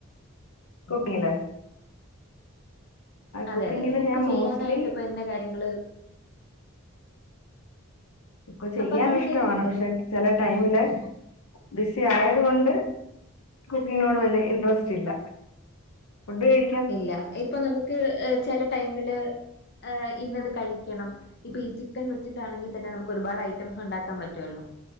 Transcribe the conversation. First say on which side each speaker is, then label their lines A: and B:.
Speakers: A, on the left; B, on the left.
A: കുക്കിംഗില
B: അതെ
A: കുക്കിങ്ങില്
B: അതെ കുക്ക്
A: ഞാൻ
B: ചെയ്യാനായിട്ട്
A: മോസ്റ്റ്ലി
B: ഇപ്പൊ എന്ത കാര്യങ്ങള്
A: ഇപ്പൊ ചെയ്യാൻ
B: ആ പറഞ്ഞോളൂ
A: ഇഷ്ടമാണ്
B: കേക്കുന്നുണ്ട്.
A: പക്ഷെ ചില ടൈമില് ബിസി ആയത് കൊണ്ട് കുക്കിങ്ങിനോട് വിയ ഇൻട്രസ്റ്റ് ഇല്ല ഫുഡ്‌ കഴി
B: ഇല്ല ഇപ്പൊ നമുക്ക് ചില ടൈമില് ഇന്നത് കഴിക്കണം ഇപ്പൊ ഈ ചിക്കൻ വെച്ചിട്ടാണെങ്കിൽ തന്നെ നമുക്ക് ഒരുപാട് ഐറ്റംസ് ഉണ്ടാക്കൻ പറ്റുമല്ലോ